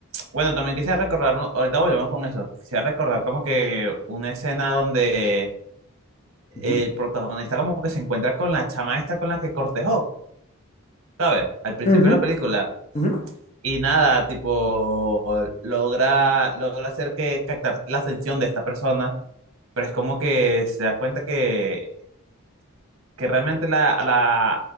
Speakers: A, on the right; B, on the left.
A: bueno, también quisiera recordar, ¿no? ahorita volvemos con eso, quisiera recordar como que una escena donde
B: Ujú,
A: el protagonista como que se encuentra con la chama esta con la que cortejó, ¿sabes? Al principio
B: ujú,
A: de la película
B: ujú.
A: Y nada, tipo, logra, logra hacer que captar la atención de esta persona, pero es como que se da cuenta que, que realmente la, a la,